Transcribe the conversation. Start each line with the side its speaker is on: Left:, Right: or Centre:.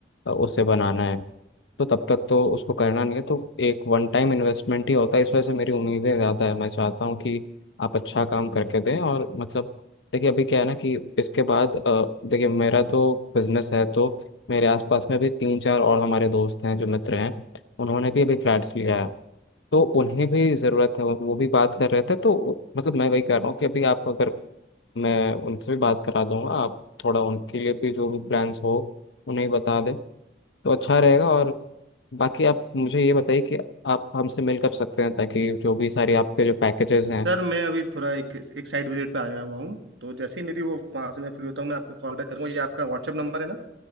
Left: अ, उससे बनाना है तो तब तक तो उसको करना नहीं है तो एक वन टाइम इन्वेस्टमेंट ही होता है इस वजह से मेरी उम्मीदें ज़्यादा है मैं चाहता हूँ कि आप अच्छा काम करके दें और मतलब देखिए अभी क्या है ना कि इसके बाद अ, देखिए मेरा तो बिजनेस है तो मेरे आसपास में भी तीन चार और हमारे दोस्त हैं जो मित्र हैं उन्होंने भी अभी फ्लैट्स लिया है तो उन्हें भी ज़रूरत है वो भी बात कर रहे थे तो मतलब मैं वही कह रहा हूँ कि अभी आप अगर मैं उनसे भी बात करा दूंगा आप थोड़ा उनके लिए भी जो भी प्लान्स हो उन्हें बता दें तो अच्छा रहेगा और बाकी आप मुझे ये बताइए कि आप हमसे मिल कर सकते हैं ताकि जो भी सारी आपके जो पैकेजेस हैं
Right: सर मैं अभी थोड़ा एक एक साइड विजिट पे आया हुआ हूँ तो जैसे ही मेरी वो वहाँ से मैं फ्री होता हूँ मैं आपको कॉल बैक करूंगा ये आपका व्हाट्सएप नंबर है ना